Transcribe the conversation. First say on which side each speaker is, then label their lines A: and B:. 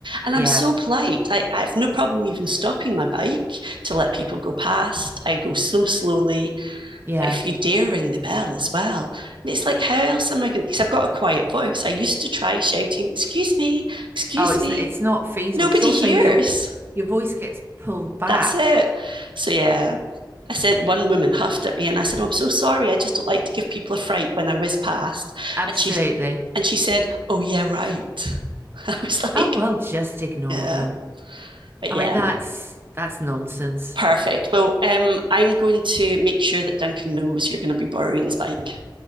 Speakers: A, on the right (about 85°); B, on the right (about 30°).
A: And
B: Yeah.
A: I'm so polite. I, I have no problem even stopping my bike to let people go past. I go so slowly.
B: Yeah.
A: But if you dare ring the bell as well, and it's like, how else am I going? to, Because I've got a quiet voice. I used to try shouting, "Excuse me, excuse
B: Oh, it's
A: me."
B: it's not feasible
A: Nobody
B: because also
A: hears.
B: you your voice gets pulled back.
A: That's it. So yeah, I said, one woman huffed at me and I said, oh, I'm so sorry. I just don't like to give people a fright when I whiz past.
B: Absolutely.
A: And she, and she said, oh, yeah, right. <laughs> I was like,
B: Oh well, just ignore
A: yeah,
B: them.
A: but
B: I
A: yeah,
B: mean, that's that's nonsense.
A: perfect. Well, um, I'm going to make sure that Duncan knows you're going to be borrowing his bike